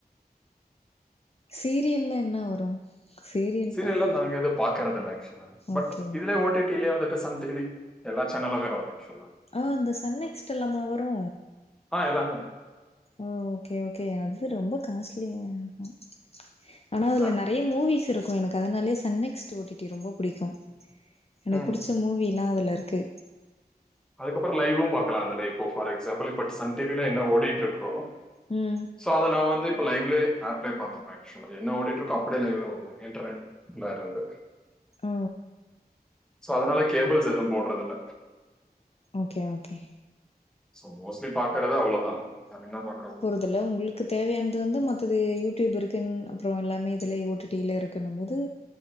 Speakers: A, on the left (about 40°); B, in the centre.
A: சீரியல்ல என்ன வரு சீரியல்
B: சீரியலா
A: பாக்க
B: நாங்க எது பாக்கறதில்ல ஆக்சுவல பட்
A: ஓகே
B: இதுல ஓட்டிட்டு ஓடிலே வந்துட்டு சந்திவி எல்லா சேனல் உ வரு ஆக்சுலா
A: ஆ அந்த சன் நெக்ஸ்ட் எல்லாம வரு
B: ஆ எல்லாமே இருக்கு
A: ஓ ஓகே ஓகே அது ரொம்ப காஸ்ட்லிய இருக்கு ஆனா
B: எல்லா-
A: அதுல நெறைய மூவிஸ் இருக்கு எனக்கு அதனாலயே சன்னெக்ஸ்ட் ஓட்டிட்டி ரொம்ப புடிக்கு எனக்கு
B: ம்
A: புடிச்ச மூவிலா அதுல இருக்கு
B: அதுக்கப்புரோ லைவு பாக்கலா அதுல இப்போ ஃபார் எக்ஸாம்பில் இப்ப சன் டிவில என்ன ஓடிட்டு இருக்கோ
A: ம்
B: சோ அத நான் வந்து இப்ப லைவ்லயே ஆப்லயே பாத்துறுவே என்ன ஓடிட்டு இருக்கோ அப்படியே லைவ்ல வரு இன்டர்நெட்ல இருந்து
A: ஓ
B: சோ அதனால கேபிள்ஸ் எது போடுறது இல்ல
A: ஓகே ஓகே
B: சோ மோஸ்லி பாக்கறத அவ்ளோதா அத என்ன பாக்குறது
A: அதுல உங்களுக்கு தேவையானது வந்து மத்தது யூடியூப் இருக்குன் அப்புரோ எல்லாமே இதுல ஓடிடில இருக்குன்னும் போது